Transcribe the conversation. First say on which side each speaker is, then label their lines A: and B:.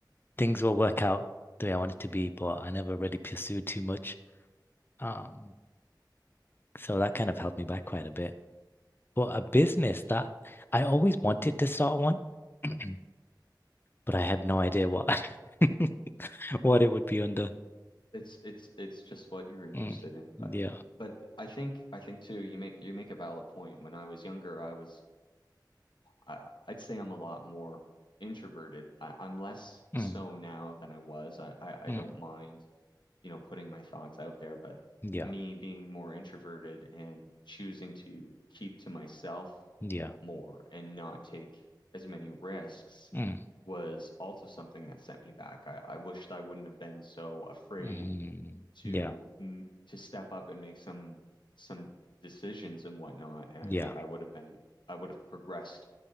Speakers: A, on the left (about 30°); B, on the left (about 75°).
A: things will work out the way I want it to be, but I never really pursued too much. Um, so that kind of held me back quite a bit. But a business that I always wanted to start one, <clears throat> but I had no idea what. <laughs> what it would be under.
B: it's it's it's just what you're interested
A: Mm,
B: in,
A: yeah.
B: but but I think I think too you make you make a valid point. When I was younger, I was I, I'd say I'm a lot more introverted. I, I'm less so
A: Mm,
B: now than I was. I, I I
A: mm,
B: don't mind, you know, putting my thoughts out there, but
A: yeah.
B: me being more introverted and choosing to keep to myself
A: Yeah.
B: more and not take as many risks
A: Mm,
B: was also something that set me back. I, I wished I wouldn't have been so afraid
A: mm,
B: to
A: yeah.
B: mm, to step up and make some some decisions and whatnot. And
A: Yeah.
B: I think I would have been I would have progressed